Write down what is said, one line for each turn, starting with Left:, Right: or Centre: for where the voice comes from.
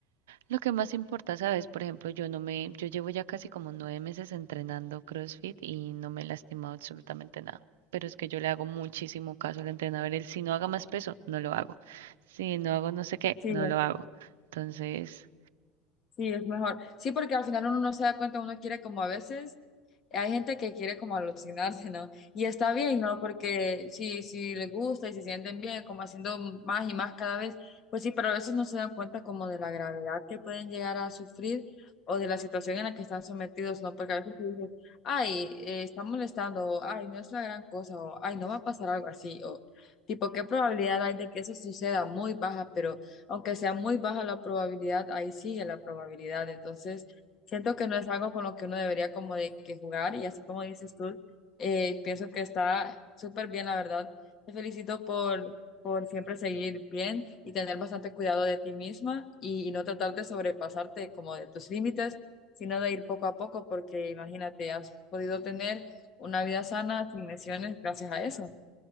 Right: lo que más importa, ¿sabes? Por ejemplo, yo no me, yo llevo ya casi como nueve meses entrenando CrossFit y no me he lastimado absolutamente nada. Pero es que yo le hago muchísimo caso al entrenador. Él, si no haga más peso, no lo hago. Si no hago no sé qué,
Left: Sí,
Right: no lo hago. Entonces,
Left: Sí, es mejor. Sí, porque al final uno no se da cuenta, uno quiere como a veces, hay gente que quiere como alucinarse, ¿no? Y está bien, ¿no? Porque si, si les gusta y se sienten bien, como haciendo más y más cada vez, pues sí, pero a veces no se dan cuenta como de la gravedad que pueden llegar a sufrir o de la situación en la que están sometidos, ¿no? Porque a veces tú dices, ay, eh, está molestando, o ay, no es la gran cosa, o ay, no va a pasar algo así, o tipo, ¿qué probabilidad hay de que eso suceda? Muy baja, pero aunque sea muy baja la probabilidad, ahí sigue la probabilidad. Entonces, siento que no es algo con lo que uno debería como de que jugar y así como dices tú, eh, pienso que está súper bien, la verdad. Te felicito por, por siempre seguir bien y tener bastante cuidado de ti misma y, y no tratar de sobrepasarte como de tus límites, sino de ir poco a poco, porque imagínate, has podido tener una vida sana sin lesiones gracias a eso